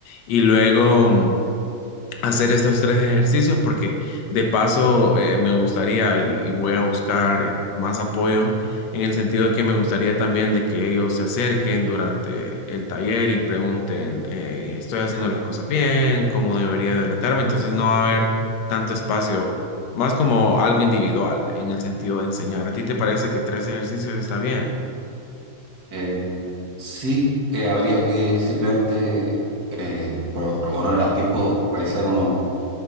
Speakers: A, on the left (about 65°); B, on the right (about 35°).
A: y luego... mm, hacer estos tres ejercicios porque de paso eh, me gustaría y, y voy a buscar eh, más apoyo en el sentido de que me gustaría también de que ellos se acerquen durante el taller y pregunten, eh, ¿estoy haciendo las cosas bien? ¿Cómo debería de orientarme? Entonces no va a haber tanto espacio, más como algo individual en el sentido de enseñar. ¿A ti te parece que tres ejercicios está bien?
B: Eh, sí, eh, habría que simplemente, eh, por honor al tiempo, realizar uno.